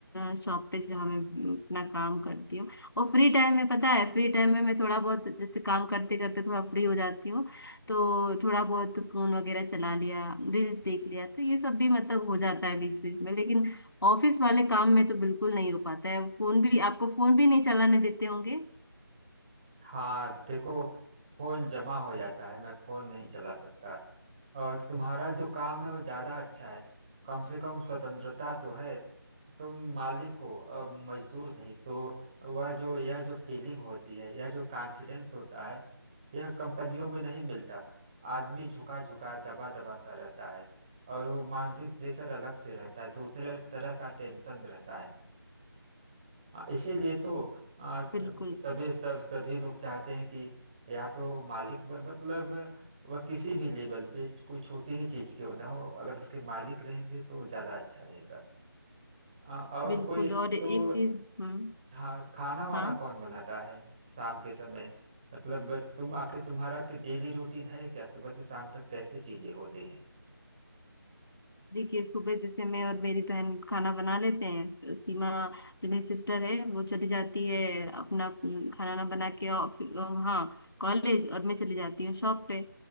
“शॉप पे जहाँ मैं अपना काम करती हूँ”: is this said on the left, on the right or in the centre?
Left